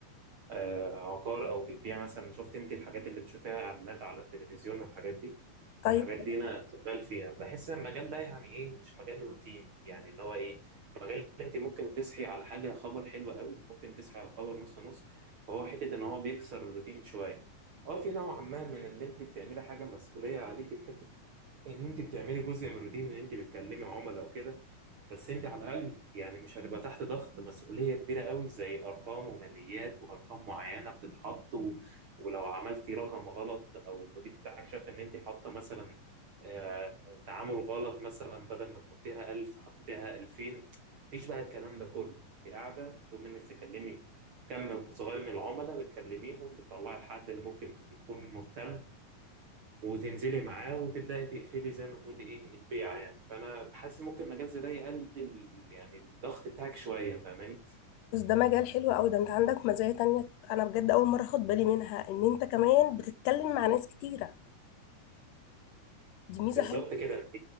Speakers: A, on the right; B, on the left.
A: آه، عقار او بتبيع مثلا شفت انت الحاجات اللي بتشوفيها اعلانات على التلفزيون والحاجات دي
B: طيب
A: فالحاجات دي انا شغال فيها بحس ان المجال ده يعني ايه مش مجال روتيني يعني اللي هو ايه مجال انت ممكن تصحي على حاجه خبر حلو قوي ممكن تصحي على خبر نص نص فهو حته ان هو بيكسر الروتين شويه اه في نوع ما من اللي انت بتعملي حاجه مسؤوليه عليكي في حته ان انت بتعملي جزء من الروتين ان انت بتكلمي عملاء وكده بس انت على الاقل يعني مش هتبقى تحت ضغط مسؤوليه كبيره قوي زي ارقام وماليات وارقام معينه بتتحط و... ولو عملتي رقم غلط او المدير بتاعك شاف ان انت حاطه مثلا آه، تعامل غلط مثلا بدل ما تحطيها 1000 حطيتيها 2000 مفيش بقى الكلام ده كله انت قاعده رغم انك تكلمي كم صغير من العملاء بتكلميهم بتطلعي الحد اللي ممكن يكون مهتم وتنزلي معاه وتبداي تقفلي زي ما تقولي ايه البيعه يعني فانا بحس ممكن مجال زي ده يقلل يعني الضغط بتاعك شويه فاهماني
B: بس ده مجال حلو قوي ده انت عندك مزايا تانية انا بجد اول مره اخد بالي منها ان انت كمان بتتكلم مع ناس كتيره دي ميزه
A: بالظبط كده انت